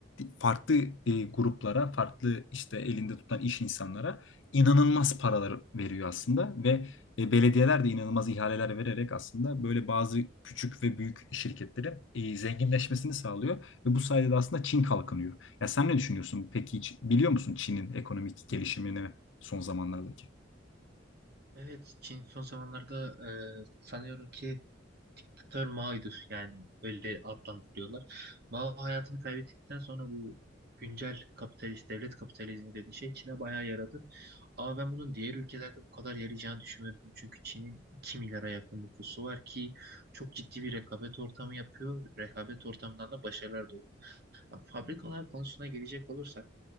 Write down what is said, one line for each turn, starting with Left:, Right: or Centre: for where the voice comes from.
Left: farklı e, gruplara, farklı işte elinde tutan iş insanlara inanılmaz paralar veriyor aslında ve e, belediyeler de inanılmaz ihaleler vererek aslında böyle bazı küçük ve büyük şirketlerin e, zenginleşmesini sağlıyor ve bu sayede de aslında Çin kalkınıyor. Ya sen ne düşünüyorsun? Peki hiç biliyor musun Çin'in ekonomik gelişimini son zamanlardaki?
Right: Evet, Çin son zamanlarda e, sanıyorum ki diktatör Mao'ydu yani öyle adlandırıyorlar. Mao hayatını kaybettikten sonra bu güncel kapitalist devlet kapitalizmi dediği şey Çin'e bayağı yaradı. Ama ben bunun diğer ülkelerde bu kadar yarayacağını düşünmüyorum. Çünkü Çin'in 2 milyara yakın nüfusu var ki çok ciddi bir rekabet ortamı yapıyor. Rekabet ortamından da başarılar doğuyor. Ya fabrikalar konusuna gelecek olursak